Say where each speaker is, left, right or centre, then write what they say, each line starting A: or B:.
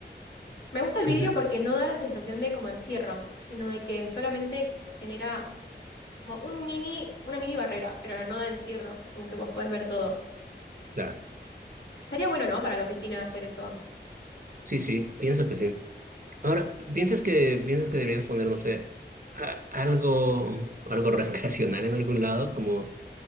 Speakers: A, on the left (about 85°); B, on the right (about 50°).
A: me gusta el vidrio
B: Ujú.
A: porque no da la sensación de como encierro, sino de que solamente genera Como un mini, una mini barrera, pero no da encierro, como que vos podés ver todo.
B: Claro.
A: Estaría bueno, ¿no? Para la oficina hacer eso.
B: Sí, sí, pienso que sí. Ahora, ¿piensas que, piensas que deberías poner, no sé, a- algo, algo <laughs> recreacional en algún lado? Como